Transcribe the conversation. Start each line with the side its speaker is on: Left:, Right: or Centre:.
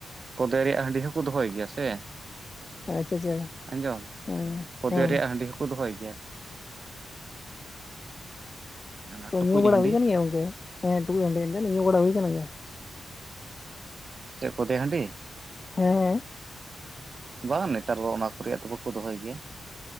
Right: ᱠᱷᱚᱫᱮ ᱨᱮᱭᱟᱜ ᱦᱟᱺᱰᱤ ᱦᱚᱸᱠᱚ ᱫᱚᱦᱚᱭ ᱜᱮᱭᱟ ᱥᱮ
Left: ᱟᱪᱪᱷᱟ ᱟᱪᱪᱷᱟ
Right: ᱟᱸᱡᱚᱢ
Left: ᱦᱮᱸ
Right: ᱠᱚᱫᱮ
Left: ᱦᱮᱸ
Right: ᱨᱮᱭᱟᱜ ᱦᱟᱺᱰᱤ ᱦᱚᱸᱠᱚ ᱫᱚᱦᱚᱭ ᱜᱮᱭᱟ᱾ ᱚᱱᱟ
Left: ᱛᱚ
Right: ᱴᱩᱠᱩᱡ
Left: ᱧᱩ ᱵᱟᱲᱟ
Right: ᱦᱟᱺᱰᱤ
Left: ᱦᱩᱭ ᱟᱠᱟᱱ ᱜᱮᱭᱟ ᱜᱚᱝᱠᱮ ᱦᱮᱸ ᱴᱩᱠᱩᱡ ᱴᱟᱺᱰᱤ ᱮᱱᱛᱮ ᱦᱮᱸ ᱧᱩ ᱵᱟᱲᱟ ᱦᱩᱭ ᱟᱠᱟᱱ ᱜᱮᱭᱟ?
Right: ᱪᱮᱫ ᱠᱚᱫᱮ ᱦᱟᱺᱰᱤ?
Left: ᱦᱮᱸ ᱦᱮᱸ
Right: ᱵᱟᱝ ᱱᱮᱛᱟᱨ ᱫᱚ ᱚᱱᱟ ᱠᱚ ᱨᱮᱭᱟᱜ ᱫᱚ ᱵᱟᱠᱚ ᱫᱚᱦᱚᱭ ᱜᱮᱭᱟ ᱾